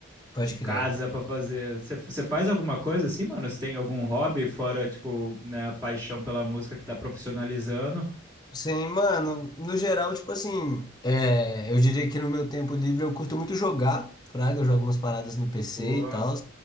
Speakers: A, on the left; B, on the right.
A: pode
B: de casa
A: crer.
B: pra fazer. Você faz alguma coisa assim, mano? Você tem algum hobby fora, tipo, né, a paixão pela música que tá profissionalizando?
A: Sim, mano, no geral, tipo assim, é, eu diria que no meu tempo livre eu curto muito jogar, fraga, eu jogo umas paradas no PC
B: Boa.
A: e tal.